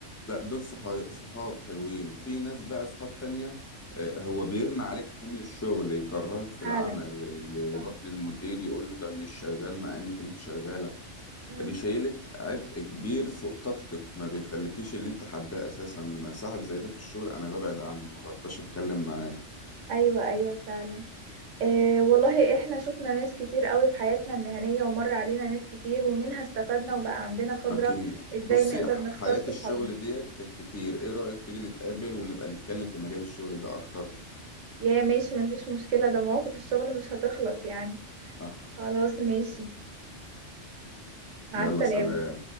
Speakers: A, on the left; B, on the right.
A: لا دول صحا- صحاب حلوين في ناس بقى صحاب تانية آه، هو بيرمي عليك حمل الشغل يكرهك في
B: فعلا
A: العمل ي-
B: صح
A: يروح للمدير يقول له ده مش شغال مع انك انت شغال
B: امم
A: ده بيشيلك عبء كبير فوق طاقتك ما بيخليكيش اللي انت حباه اساسا صاحب زي ده في الشغل انا ببعد عنه ما برضاش اتكلم معاه
B: ايوه ايوه فعلا إيه والله احنا شفنا ناس كتير قوي في حياتنا المهنية ومر علينا ناس كتير ومنها استفدنا وبقى عندنا خبرة
A: اكيد
B: ازاي
A: بصي
B: نقدر
A: ح-
B: نختار
A: حياة
B: صحابنا
A: الشغل ديت كتير ايه رأيك تيجي نتقابل ونبقى نتكلم في مجال الشغل ده اكتر
B: يا ماشي مفيش مشكلة ده مواقف الشغل مش هتخلص يعني
A: صح
B: خلاص ماشي مع
A: يلا
B: السلامة
A: سلام